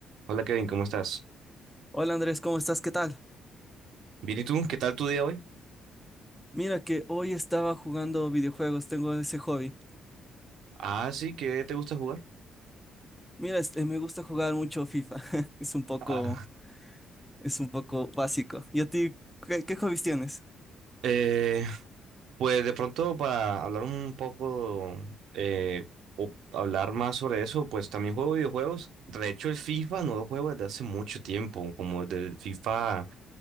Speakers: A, on the right; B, in the centre.
A: Hola Kevin, ¿cómo estás?
B: Hola Andrés, ¿cómo estás? ¿Qué tal?
A: Bien, ¿y tú? ¿Qué tal tu día hoy?
B: Mira que hoy estaba jugando videojuegos, tengo ese hobby.
A: Ah, sí, ¿qué te gusta jugar?
B: Mira, este, me gusta jugar mucho FIFA. <laughs> Es un poco,
A: Ah,
B: es un poco básico. ¿Y a ti qué, qué hobbies tienes?
A: <laughs> eh, pues de pronto para hablar un poco eh, o hablar más sobre eso, pues también juego videojuegos. De hecho, el FIFA no lo juego desde hace mucho tiempo, como desde el FIFA